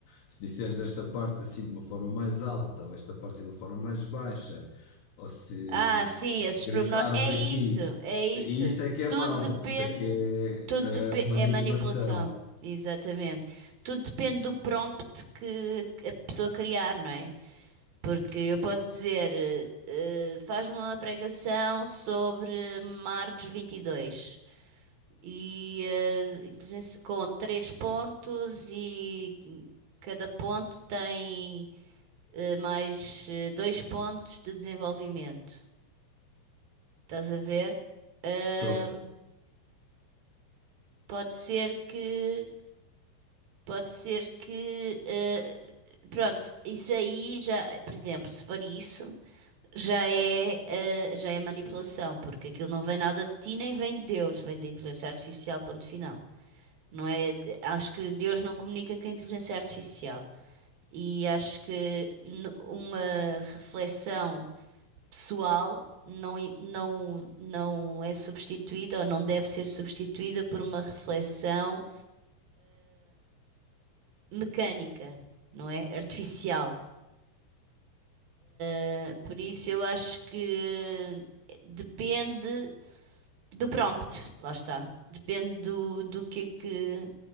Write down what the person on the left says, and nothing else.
se disseres esta parte assim de uma forma mais alta, ou esta parte assim de uma forma mais baixa, ou se,
ou se
gritares
aqui,
e isso é que é
mau,
porque isso é que é
eh, manipulação.
Tô,